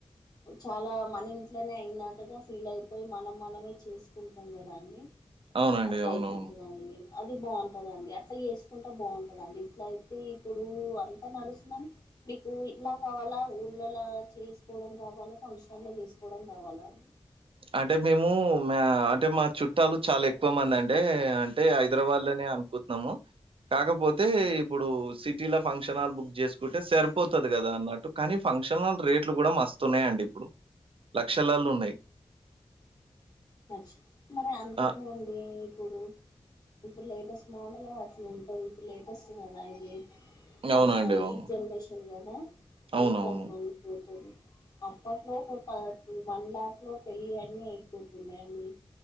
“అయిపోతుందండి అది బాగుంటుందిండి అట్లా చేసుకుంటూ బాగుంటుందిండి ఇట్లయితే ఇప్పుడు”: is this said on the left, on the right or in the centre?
Left